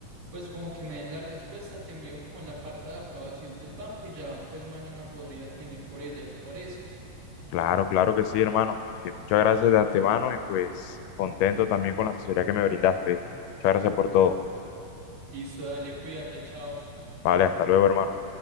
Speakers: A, on the right; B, on the left.
A: pues como que me den la respuesta, te envío como la carta de aprobación del banco y ya pues mañana podrías venir por ella, ¿te parece?
B: Claro, claro que sí, hermano. Este, muchas gracias de antemano y pues contento también con la asesoría que me brindaste, ¿viste? Muchas gracias por todo.
A: Listo, dale, cuídate, chao.
B: Vale, hasta luego, hermano.